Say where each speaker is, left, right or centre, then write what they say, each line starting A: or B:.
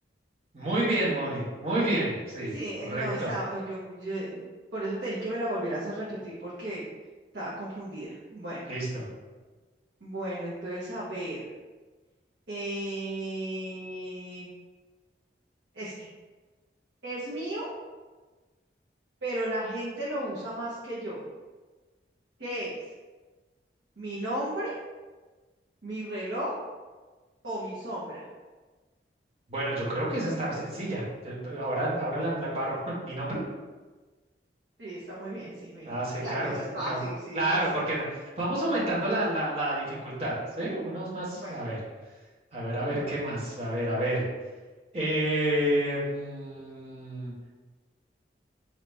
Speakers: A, on the right; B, on the right.
A: Muy bien, Moni, muy bien, sí,
B: Sí,
A: correcto.
B: eh, no, estaba, eh, yo, yo, eh, por eso te dije que me la volvieras a repetir porque estaba confundida. Bueno,
A: Listo.
B: bueno, entonces a ver. eh, este es mío, pero la gente lo usa más que yo. ¿Qué es? ¿Mi nombre? ¿Mi reloj? O mi sombra.
A: Bueno, yo creo que esa está sencilla. Yo- eh, Ahora, ahora la, la embarro. <laughs> ¿Mi nombre?
B: Sí, está muy bien, sí, mi
A: Ah,
B: nombre.
A: sí,
B: Claro,
A: claro,
B: eso es
A: porque
B: fácil,
A: aún.
B: sí,
A: Claro,
B: sí.
A: porque no- vamos aumentando la, la, la dificultad, ¿sí? Unos más.
B: Bueno,
A: A ver, a ver, a ver,
B: bueno.
A: ¿qué más? A ver, a ver. Eh, mm,